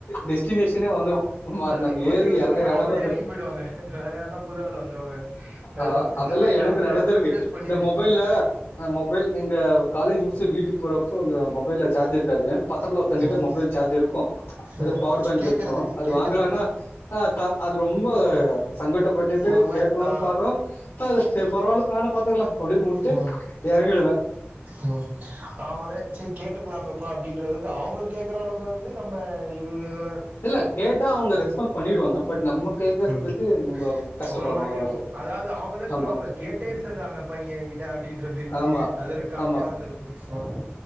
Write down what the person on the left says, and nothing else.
டெஸ்டினேஷனே வந்துரு ஆமா
நம்ம
ஏறி எறங்கற
எடமே வந்துரு
ஆ
அதெல்லா
எனக்கு
நடந்திருக்கு
இந்த மொபைல்ல அ மொபைல் தவ காலேஜ் முடிச்சு வீட்டுக்கு போறப்போல மொபைல்ல சார்ஜே இருக்காது. பக்கத்துல ஒருத்தங்கிட்ட
மொபைல் சார்ஜ் இருக்கு அது
பவர் பேங்க்
இருக்கு அது
வாங்கலானா ஆ க அது ரொம்போ சங்கட்டப்பட்டுட்டு
கேட்கலாம்
பாக்குறோ அத சரி பரவால்ல வேணா பாத்துக்கலா அப்டியே மூட்டு
எறங்கிழுவ
இல்ல கேட்டா அவங்க ரெஸ்பான்ஸ் பண்ணிடுவாங்க பட் நம்ம கேக்கறதுக்கு
நம்ப கஷ்டப்படுறோ
அவ்ளோதா
ஆமா
ஆமா
ஆமா